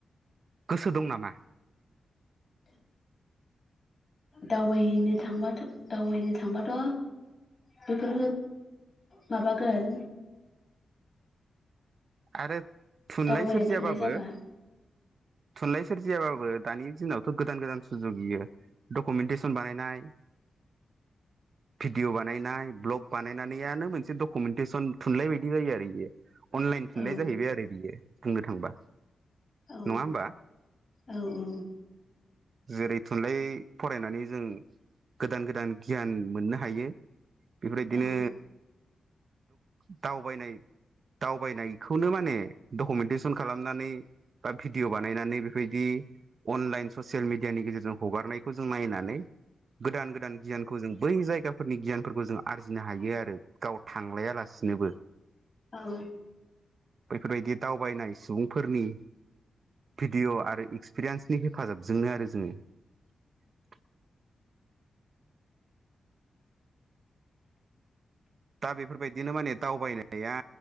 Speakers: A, on the right; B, on the left.
A: गोसो दं नामा?
B: दावबायनो थांबाथ' दावबायनो थांबाथ' बेफोर माबागोन।
A: आरो थुनलाइ
B: दावबायनो
A: सोरजियाबाबो।
B: थांनाय जाबा
A: थुनलाइ सोरजियाबाबो दानि दिनावथ' गोदान गोदान सुजुगयो डकुमेन्टेसन बानायनाय।
B: <inaudible>
A: भिडिअ बानायनाय भ्लग बानायनानैानो मोनसे डकुमेन्टेसन थुनलाइ बायदि जायो आरो बेयो अ।। थुनलानाय
B: औ
A: जाहैबाय आरो बियो बुंनो थांबा
B: औ
A: नङा होमबा
B: औ औ।
A: जेरै थुनलाइ फरायनानै जों गोदान गोदान गियान मोननो हायो। बेफोरदिनो
B: औ
A: दावबायनाय दावबायनाय। खौनो माने डकुमेन्टेसन खालामनानै बा भिडिअ' बानायनानै बेबायदि। अनलाइन ससियेल मिडियानि गेजेरजों हगारनायखौ जों नायनानै। गोदान गोदान गियानखौ जों बै जायगाफोरनि गियानफोरखौ जों आरजिनो हायो आरो। गाव थांलायालासिनोबो।
B: औ
A: बेफोरबायदि दावबायनाय सुबुंफोरनि भिडिअ आरो एक्सपिरियेन्सनि हेफाजाबजोंनो आरो जोङो। दा बेफोरबायदिनो माने दावबायनाया